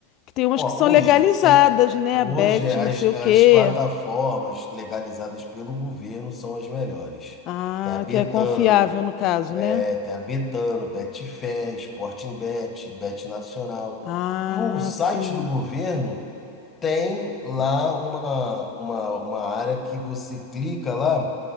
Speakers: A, on the left; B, on the left.
A: Que tem umas
B: Ó,
A: que são legalizadas,
B: hoje tem.
A: né?
B: Hoje
A: A Bet,
B: as,
A: não sei o
B: as
A: quê.
B: plataformas legalizadas pelo governo são as melhores.
A: Ah,
B: Tem a Betano,
A: que é confiável no caso,
B: é,
A: né?
B: tem a Betano, Betfair, Sportingbet, Bet Nacional.
A: Ah,
B: No site
A: sim.
B: do governo tem lá uma, uma, uma área que você clica lá